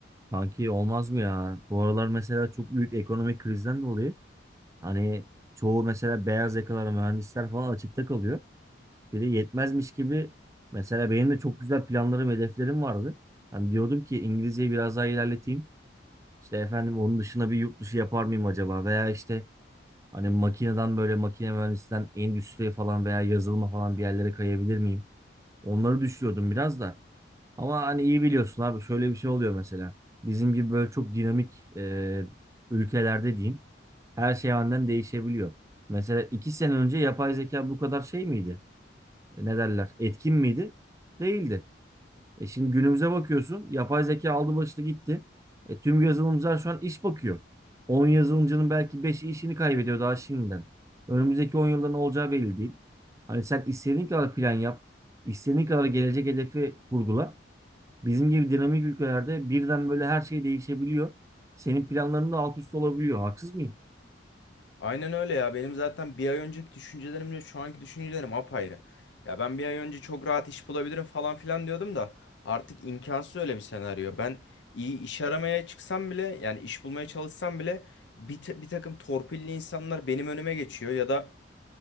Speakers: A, on the right; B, on the left.
A: Kanki olmaz mı ya? Bu aralar mesela çok büyük ekonomik krizden dolayı hani çoğu mesela beyaz yakalar mühendisler falan açıkta kalıyor. Bir de yetmezmiş gibi mesela benim de çok güzel planlarım hedeflerim vardı. Hani diyordum ki İngilizceyi biraz daha ilerleteyim. İşte efendim onun dışına bir yurt dışı yapar mıyım acaba? Veya işte hani makineden böyle makine mühendisinden endüstriye falan veya yazılıma falan bir yerlere kayabilir miyim? Onları düşünüyordum biraz da. Ama hani iyi biliyorsun abi şöyle bir şey oluyor mesela. Bizim gibi böyle çok dinamik e, ülkelerde diyeyim her şey aniden değişebiliyor. Mesela iki sene önce yapay zeka bu kadar şey miydi? E, Ne derler? Etkin miydi? Değildi. E şimdi günümüze bakıyorsun. Yapay zeka aldı başını gitti. E tüm yazılımcılar şu an iş bakıyor. 10 yazılımcının belki 5'i işini kaybediyor daha şimdiden. Önümüzdeki 10 yılda ne olacağı belli değil. Hani sen istediğin kadar plan yap. istediğin kadar gelecek hedefi kurgula. Bizim gibi dinamik ülkelerde birden böyle her şey değişebiliyor. Senin planların da alt üst olabiliyor. Haksız mıyım?
B: Aynen öyle ya. Benim zaten bir ay önceki düşüncelerimle şu anki düşüncelerim apayrı. Ya ben bir ay önce çok rahat iş bulabilirim falan filan diyordum da artık imkansız öyle bir senaryo. Ben iyi iş aramaya çıksam bile yani iş bulmaya çalışsam bile bir, ta- bir takım torpilli insanlar benim önüme geçiyor ya da